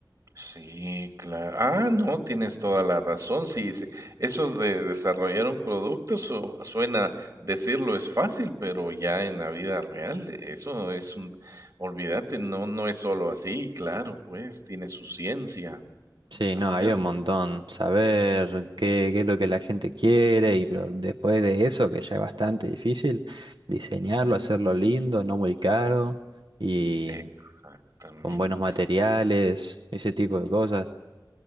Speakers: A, on the right; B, on the right.
A: Sí, claro. Ah, no, tienes toda la razón. Sí, sí. Eso de desarrollar un producto su- suena, decirlo es fácil, pero ya en la vida real, de- eso es un, olvídate, no, no es solo así, claro, pues tiene su ciencia
B: Sí,
A: hacerlo.
B: no, hay un montón. Saber qué, qué es lo que la gente quiere y pero después de eso, que ya es bastante difícil, diseñarlo,
A: Ujú,
B: hacerlo lindo, no muy caro y
A: Exactamente.
B: con buenos materiales, ese tipo de cosas.